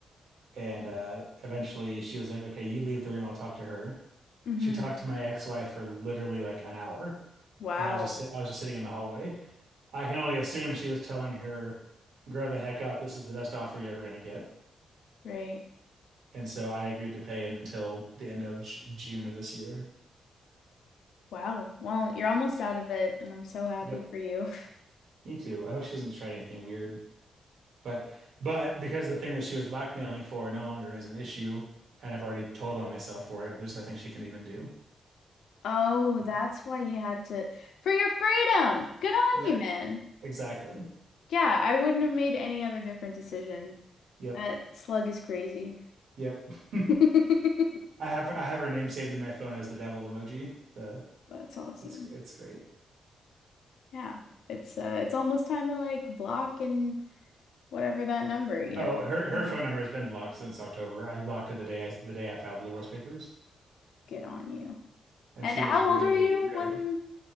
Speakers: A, on the right (about 80°); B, on the left (about 80°).
A: And uh, eventually she was like, okay, you leave the room. I'll talk to her.
B: hmm
A: She talked to my ex-wife for literally like an hour.
B: Wow.
A: And I was just, si-, I was just sitting in the hallway. I can only assume she was telling her, grow the heck up. This is the best offer you're ever going to get.
B: Right.
A: And so I agreed to pay until the end of J June of this year.
B: Wow. Well, you're almost out of it, and I'm so happy
A: Yep.
B: for you. <laughs>
A: Me too. I hope she doesn't try anything weird. But, but because the thing that she was blackmailing for no longer is an issue, and I've already told on myself for it, there's nothing she can even do.
B: Oh,
A: Yeah.
B: that's why you had to for your freedom. Good on
A: Yep.
B: you, man.
A: Exactly.
B: Yeah, I wouldn't have made any other different decision.
A: Yep.
B: That slug is crazy.
A: Yep. <laughs>
B: <laughs>
A: I have I have her name saved in my phone as the devil emoji. The
B: That's awesome.
A: it's it's great.
B: Yeah. It's uh it's almost time to like block and whatever that number, you
A: Oh,
B: never have
A: her
B: to be
A: her phone number has been blocked since October. I blocked her the day I the day I filed the divorce papers,
B: get on you.
A: and
B: And
A: she was
B: how
A: really
B: old are you
A: really.
B: when